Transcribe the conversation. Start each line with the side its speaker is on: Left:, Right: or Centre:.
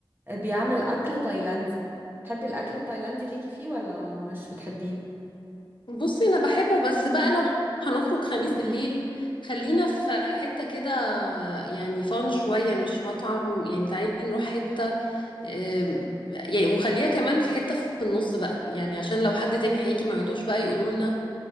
Right: آه، بيعمل اكل تايلاندي تحبي الاكل التايلاندي ليكي فيه ولا مش بتحبيه
Left: بصي انا بحبه بس بقى لو هنخرج خميس بالليل خلينا في حتة كده يعني فان شوية مش مطعم يعني تعالي نروح حتة آم، يعني وخليها كمان في حتة في النص بقى يعني عشان لو حد تاني هيجي ما يعيدوش بقى يقولوا لنا